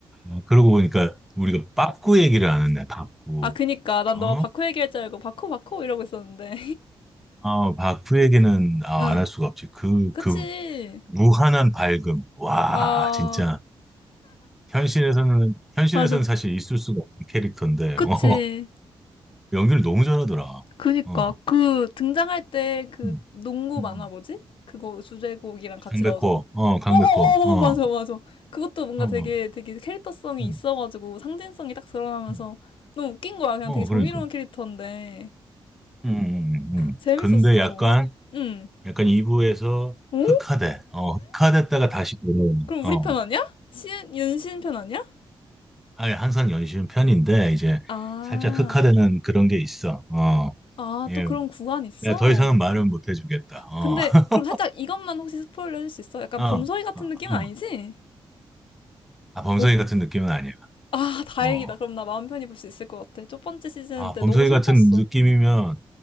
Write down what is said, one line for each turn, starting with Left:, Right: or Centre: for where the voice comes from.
Centre: 어, 그러고 보니까 우리가 빠꾸 얘기를 안 했네. 빠꾸.
Left: 아 그니까 난
Centre: 어?
Left: 너 바쿠 얘기할 줄 알고 바쿠 바쿠 이러고 있었는데.
Centre: 어, 바크 얘기는 안
Left: <laughs> 응.
Centre: 할 수가 없지. 그,
Left: 그치.
Centre: 그 무한한 밝음. 와,
Left: 아
Centre: 진짜. 현실에서는, 현실에서는
Left: 맞아.
Centre: 사실 있을 수가 없는 캐릭터인데,
Left: 그치.
Centre: 어, 연기를 너무 잘하더라.
Left: 그니까
Centre: 어,
Left: 그 등장할 때 그
Centre: 음,
Left: 농구
Centre: 음.
Left: 만화 뭐지? 그거 주제곡이랑 같이
Centre: 강백호,
Left: 나오잖아.
Centre: 어, 강백호,
Left: 어어어
Centre: 어,
Left: 맞아 맞아. 그것도 뭔가
Centre: 어, 어,
Left: 되게 되게 캐릭터성이
Centre: 음,
Left: 있어가지고 상징성이 딱 드러나면서
Centre: 음.
Left: 너무 웃긴 거야. 그냥
Centre: 어,
Left: 되게 정의로운
Centre: 그러니까.
Left: 캐릭터인데
Centre: 음, 음, 음. 음.
Left: 재밌었어.
Centre: 근데 약간,
Left: 응.
Centre: 약간 2부에서
Left: 오?
Centre: 흑화돼. 어, 흑화됐다가 다시 돌아오는,
Left: 그럼
Centre: 어,
Left: 우리 편 아니야? 시, 윤신 편 아니야?
Centre: 아예 항상 연신 편인데, 이제
Left: 아,
Centre: 살짝 흑화되는 그런 게 있어. 어.
Left: 아,
Centre: 예,
Left: 또 그런 구간 있어?
Centre: 내가 더 이상은 말은 못 해주겠다. 어,
Left: 근데
Centre: <laughs>
Left: 그럼 살짝 이것만 혹시 스포일러 해줄 수 있어? 약간
Centre: 어,
Left: 범서이 같은
Centre: 어,
Left: 느낌은
Centre: 어.
Left: 아니지?
Centre: 아, 범성이
Left: 어,
Centre: 같은 느낌은 아니야.
Left: 아, 다행이다.
Centre: 어,
Left: 그럼 나 마음 편히 볼 수 있을 것 같아. 첫 번째 시즌
Centre: 아,
Left: 때
Centre: 범성이
Left: 너무 슬펐어.
Centre: 같은 느낌이면,